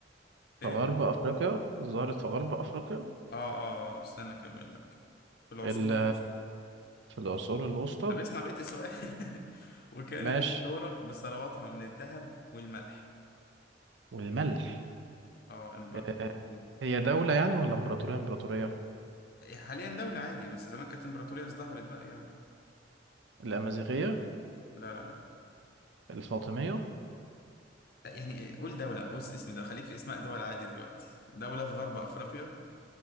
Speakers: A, on the left (about 55°); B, on the right (about 75°).
A: ايه
B: غرب أفريقيا ظهرت في غرب أفريقيا
A: اه اه آه، استنى اكمل لك في العصور
B: ال-
A: الوسطى
B: في العصور الوسطى
A: طب اسمع بقية السؤال <laughs> وكانت
B: ماشي
A: مشهورة بثرواتها من الذهب والملح
B: والملح
A: اه امبراطورية
B: آه،
A: إيه؟
B: هي دولة يعني ولا إمبراطورية إمبراطورية
A: حاليا دولة عادي بس زمان كانت امبراطورية ازدهرت بقى يعني
B: الأمازيغية
A: لا لا لا
B: الفاطمية
A: لا، يعني إيه، قول دولة بص اسم ده خليك في اسماء دول عادي دلوقتي دولة في غرب افريقيا